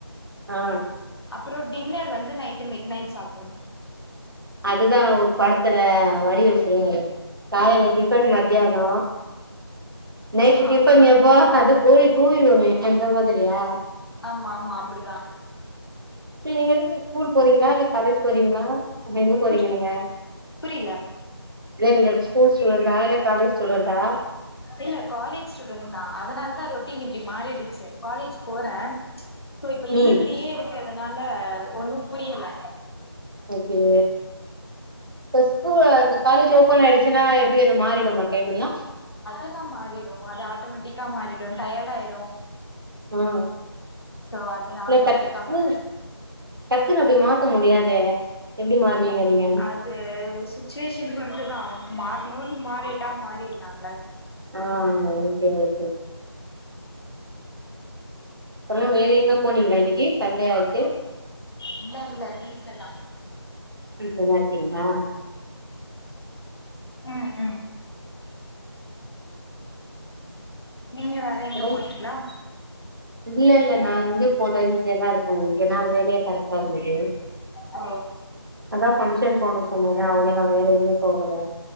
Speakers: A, on the right; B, on the left.
A: ஆ
B: அப்றோ டின்னர் வந்து நைட்டு மிட் நைட் சாப்டுவோ
A: அதுதா ஒரு படத்தல வடிவேலு சொல்லுவாரே காலைல டிஃபன் மத்யானோ நைட்டு டிஃபன்
B: அப்டிதா
A: யபோ அது கோழிக் கூவிடுமே அந்த மாதிரியா
B: ஆம்ம அம்ம அப்டிதா
A: சே நீங்க எதுகு ஸ்கூல் போறீங்ளா இல்லக் காலேஜ் போறீங்ளா அப்ப எங்க போறீங்க
B: புரி
A: நீங்க
B: புரில
A: இல்ல நீங்க ஸ்கூல் ஸ்டுடெண்டா இல்ல காலேஜ் ஸ்டுடெண்டா
B: இல்ல காலேஜ் ஸ்டுடெண்ட்தா அதனால்தா ரொட்டீன் இப்டி மாறிடுச்சு காலேஜ் போறே சோ இப்ப லீவ்லியே
A: ம்
B: இருக்கதனால ஒன்னும் புரியல
A: ஓகே இப்ப ஸ்கூ இப்போ காலேஜ் ஓபன் ஆய்டுச்சுனா எப்டி அது மாறிடுமா டைம் எல்லா
B: எல்லாம் மாறிடு அது ஆட்டோமேட்டிக்கா மாறிடு டயடாயிரு
A: ஆ
B: சோ அது
A: இல்ல
B: ஆட்டோமேட்டிக்காமா
A: டக்கு டக்குன்னு அப்டி மாத்த முடியாதே எப்டி மாறுவீங்க நீங்க
B: அது சுச்சுவேஷன் பொருத்துதா அவ மாறணுனு மாறிட்டா மாறிட்லால
A: ஆ ஓகே ஓகே அப்றோ வேற எங்க போனீங்ளா இன்னைக்கு சண்டே ஆச்சே
B: இல்ல இல்ல வீட்லதா
A: வீட்ல தா இருக்கிங்ளா
B: ம் ம் நீங்க வேற எங்க
A: அப்றோ
B: போனீங்களா
A: இல்ல இல்ல நான் எங்கேயு போல வீட்லே தா இருக்கோ இங்க நா வேலையே கரெக்டா இருந்தது
B: ஆ
A: அதா ஃபங்க்ஷன் போணு சொன்னல்ல அவ்ளோதா வேற எங்கயு போகல